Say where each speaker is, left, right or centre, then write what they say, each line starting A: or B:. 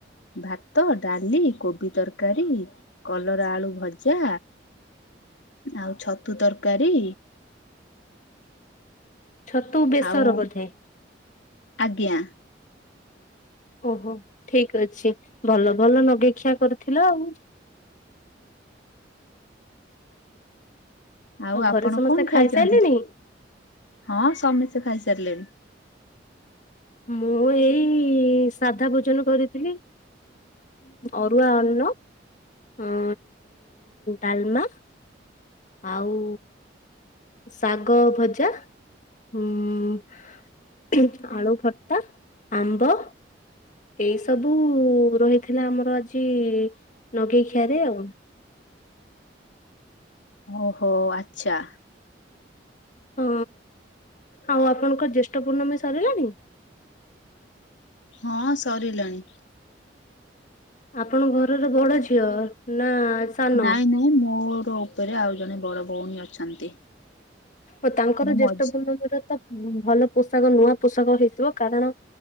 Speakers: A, on the left; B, on the left.
A: ଭାତ ଡାଲି କୋବି ତରକାରୀ କଲରା ଆଳୁ ଭଜା ଆଉ ଛତୁ ତରକାରୀ।
B: ଛତୁ ବେସର
A: ଆଉ
B: ବୋଧେ।
A: ଆଜ୍ଞା।
B: ଓହୋ ଠିକ ଅଛି, ଭଲ। ଭଲ ନଗେଇଖିଆ କରୁଥିଲ ଆଉ।
A: ଆଉ ଆପଣ
B: ଘରେ ସମସ୍ତେ
A: କଣ ଖାଇଛନ୍ତି।
B: ଖାଇସାରିଲେଣି
A: ହଁ ସମସ୍ତେ ଖାଇସାରିଲେଣି।
B: ମୁଁ ଏଇ ସାଧା ଭୋଜନ କରିଥିଲି ଅରୁଆ ଅନ୍ନ, ଅ ଡାଲମା ଆଉ ଶାଗ ଭଜା, ହୁଁ ଆଳୁଭର୍ତ୍ତା, ଆମ୍ବ ଏଇ ସବୁ ରହି ଥିଲା ଆମର ଆଜି ନଗେଇ ଖିଆରେ ଆଉ।
A: ଓହୋ ଆଛା।
B: ହଁ ଆଉ ଆପଣଙ୍କର ଜ୍ୟେଷ୍ଠ ପୂର୍ଣ୍ଣମୀ ସରିଲାଣି।
A: ହଁ ସରିଲାଣି।
B: ଆପଣ ଘରର ବଡ ଝିଅ? ନା ସାନ?
A: ନାଇଁ ନାଇଁ ମୋର ଉପରେ ଆଉ ଜଣେ ବଡ ଭଉଣୀ ଅଛନ୍ତି।
B: ଓ ତାଙ୍କର
A: ମୁଁ
B: ଜ୍ୟେଷ୍ଠ
A: ମଝି
B: ପୂର୍ଣ୍ଣମୀର ତ ଭଲ ପୋଷାକ ନୂଆ ପୋଷାକ ହେଇଥିବ। କାରଣ